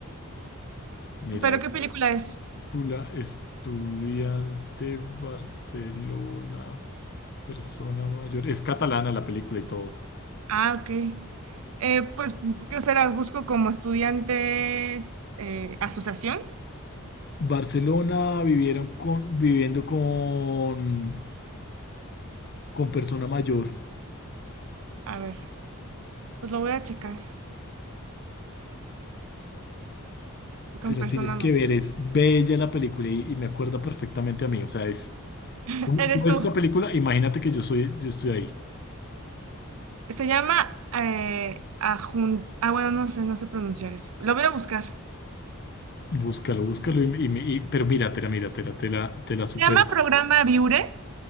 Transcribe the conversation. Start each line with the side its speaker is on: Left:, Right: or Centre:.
Left: Mira,
Right: ¿Pero qué película es?
Left: película, estudiante, Barcelona, persona mayor, es catalana la película y todo.
Right: Ah, ok. Eh, pues, ¿qué será? Busco como estudiantes, eh, asociación.
Left: Barcelona vivieron con, viviendo con, con persona mayor.
Right: A ver, pues lo voy a checar con
Left: Te la
Right: persona
Left: tienes que
Right: ma-
Left: ver, es bella la película y, y me acuerda perfectamente a mí. O sea, es,
Right: <laughs>
Left: tú,
Right: Eres
Left: tú ves
Right: tú.
Left: esa película, imagínate que yo soy, yo estoy ahí.
Right: Se llama eh, ajun- Ah, bueno, no sé, no sé pronunciar eso. Lo voy a buscar. Se
Left: Búscalo, búscalo, y, y me- y- pero míratela, míratela, te la, te la super.
Right: llama programa Viure.